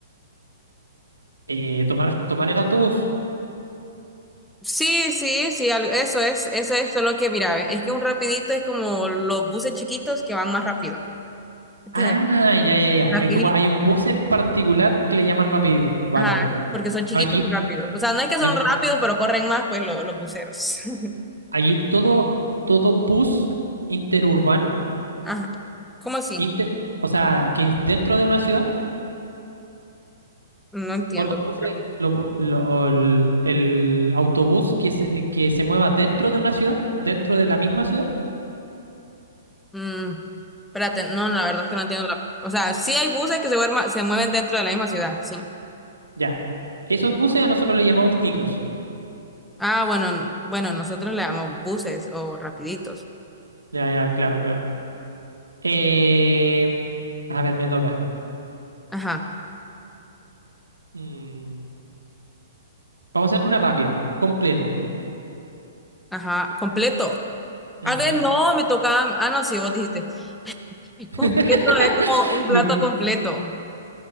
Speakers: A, on the right; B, in the centre.
A: eh, tomar, tomar el autobús.
B: Sí, sí, sí, al- eso es, eso es solo que, mira, ve, es que un rapidito es como los buses chiquitos que van más rápido. <laughs> Entonces,
A: Ah, ya, ya, ya.
B: rapidito.
A: Hay como hay un bus en particular que le llaman rapidito. Vale,
B: Ajá,
A: vale.
B: porque son chiquitos
A: Aquí,
B: y rápidos. O sea, no es que
A: hay-
B: son rápidos, pero corren más, pues lo- los buceros. <laughs>
A: allí todo, todo bus interurbano,
B: Ajá. ¿Cómo así?
A: inter o sea, que es dentro de una ciudad.
B: No entiendo
A: o los
B: la
A: buses,
B: pregunta.
A: lo bu- lo- o el, el autobús que se, eh, que se mueva dentro de una ciudad, dentro de la misma ciudad,
B: Mm, espérate, no, la verdad es que no entiendo la... O sea, sí hay buses que se, muerma- se mueven dentro de la misma ciudad, sí.
A: ya. Esos buses a nosotros le llamamos micros.
B: Ah, bueno, n- bueno, nosotros le llamamos buses o rapiditos.
A: Ya, ya, claro, claro. Eh, a ver, me toca.
B: Ajá,
A: Mm, vamos a hacer una rápida, completo.
B: ajá, completo.
A: Ujú.
B: A ver, no, me tocaba... Ah, no, sí, vos dijiste. <laughs>
A: <laughs>
B: Completo es como un plato
A: Me-
B: completo.